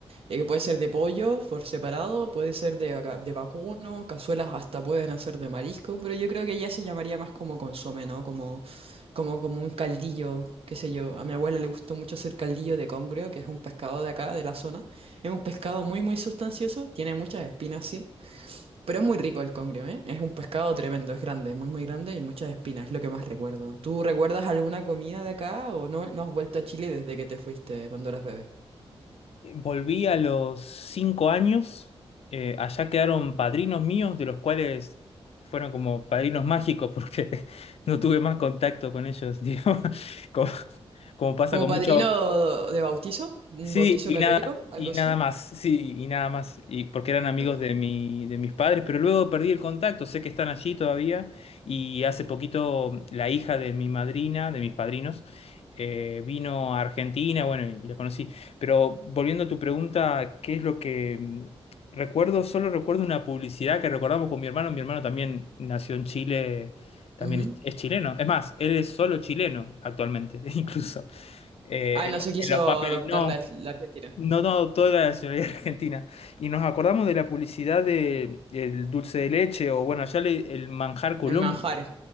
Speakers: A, on the right; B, on the left.
A: Eh, puede ser de pollo por separado, puede ser de, vaca- de vacuno, cazuelas hasta pueden hacer de marisco, pero yo creo que ya se llamaría más como consomé, ¿no? Como, como, como un caldillo, qué sé yo. A mi abuela le gustó mucho hacer caldillo de congrio, que es un pescado de acá, de la zona. Es un pescado muy, muy sustancioso, tiene muchas espinas, sí, pero es muy rico el congrio, ¿eh? Es un pescado tremendo, es grande, muy, muy grande y muchas espinas, es lo que más recuerdo. ¿Tú recuerdas alguna comida de acá o no, no has vuelto a Chile desde que te fuiste cuando eras bebé?
B: Volví a los cinco años. eh, allá quedaron padrinos míos, de los cuales fueron como padrinos mágicos, porque <laughs> no tuve más contacto con ellos, digo, <laughs> como, como pasa
A: Como
B: con
A: padrino
B: muchos
A: de bautizo, un
B: Sí,
A: bautizo
B: y
A: católico,
B: nada,
A: algo
B: y
A: así.
B: nada más, sí, y nada más, y porque eran amigos
A: Ah,
B: de mi, de mis padres, pero luego perdí el contacto, sé que están allí todavía, y hace poquito la hija de mi madrina, de mis padrinos, eh, vino a Argentina, bueno, y la conocí. Pero volviendo a tu pregunta, ¿qué es lo que mm, recuerdo? Solo recuerdo una publicidad que recordamos con mi hermano, mi hermano también nació en Chile, también
A: ujú.
B: es, es chileno, es más, él es solo chileno actualmente, <laughs> incluso. Eh,
A: Ah, no
B: en, lo-
A: se quiso
B: en los papeles,
A: adoptar
B: no,
A: la, la Argentina.
B: no, no, toda la nacionalidad <laughs> argentina. Y nos acordamos de la publicidad de el dulce de leche, o bueno, allá le- el manjar Colón,
A: El manjar.